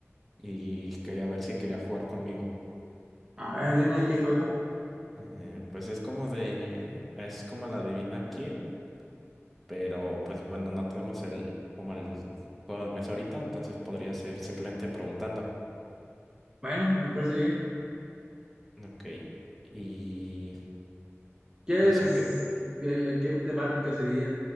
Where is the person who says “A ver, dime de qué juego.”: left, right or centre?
Right